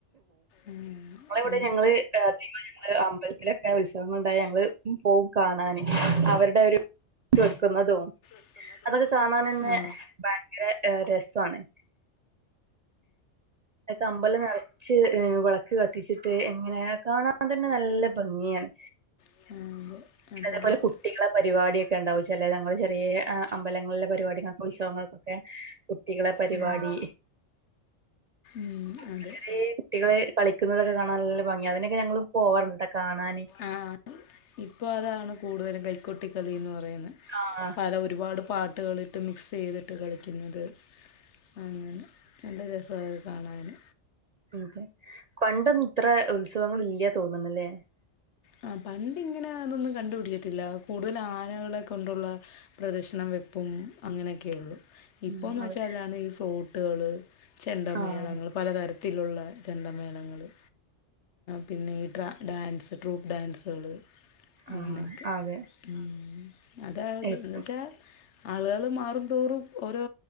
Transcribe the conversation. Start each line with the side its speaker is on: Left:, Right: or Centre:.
Left: ഉം.. ആ
Right: വിടെ ഞങ്ങള് തീരുമാനം ഉ അമ്പലത്തിലൊക്കെ ഉത്സവങ്ങൾ ഉണ്ടായി ഞങ്ങള് പോകും കാണാന് അവരുടെ ഒരു ഇത് വെക്കുന്നതും
Left: ആ അതെ
Right: അതൊക്കെ കാണാനന്നേ ഭയങ്കര രസാണ് ക്കെ അമ്പലം നിറച്ച് എ വെള ക്ക് കത്തിച്ചിട്ട് എങ്ങനെ കാണാൻ തന്നെ നല്ല ഭംഗിയാണ്
Left: ആഹ അതെ
Right: പിന്നെ
Left: അതന്നെ
Right: അതേപോലെ കുട്ടികളെ പരിപാടിയൊക്കെ ഉണ്ടാവും ചെലര് ഞങ്ങള് ചെറിയ അമ്പലങ്ങളിലെ പരിപാടിക്കും ഉത്സവങ്ങൾക്കൊക്കെ കുട്ടികളെ പരിപാടി
Left: ഉം ഉം അതെ
Right: ചെറിയ കുട്ടികള് കളിക്കുന്നതൊക്കെ കാണാൻ നല്ല ഭംഗിയാ അതിനൊക്കെ ഞങ്ങള് പോവാറുണ്ട്ട്ട കാണാന്
Left: ആഹ ഇപ്പോൾ അതാണ് കൂടുതലും കൈക്കൊട്ടിക്കളിന്ന് പറയുന്നേ
Right: ആഹ ഹ
Left: പല ഒരുപാട് പാട്ടുകളിട്ട് മിക്സ് ചെയ്തിട്ട് കളിക്കുന്നത് മ്മ് നല്ല രസവാ അത് കാണാന്
Right: ഉം അതെ പണ്ടൊന്നും ഇത്ര ഉത്സവങ്ങൾ ഇല്ല തോന്നുന്നല്ലേ
Left: ആഹ പണ്ടിങ്ങനെ അതൊന്നും കണ്ടുപിടിച്ചിട്ടില്ല കൂടുതൽ ആനകളെ കൊണ്ടുള്ള പ്രദർശണം വെപ്പും അങ്ങനെയൊക്കെയുള്ളു ഇപ്പോന്ന്
Right: ഉം
Left: വെച്ചാ
Right: അതെ
Left: അല്ലാതെ ഈ ഫോട്ടുകള് ചെണ്ടമേളങ്ങൾ
Right: ആഹ്
Left: പലതരത്തിലുള്ള ചെണ്ടമേളങ്ങള് പിന്നെ ട്രാ ഡാൻസ് ട്രൂപ്പ് ഡാൻസുകള് അങ്ങനെയൊക്കെ
Right: ആഹ് അതെ
Left: മ് അതായത്
Right: ഇപ്പം
Left: എന്ന് വെച്ചാ ആളുകൾ മാറുംതോറും ഓരോ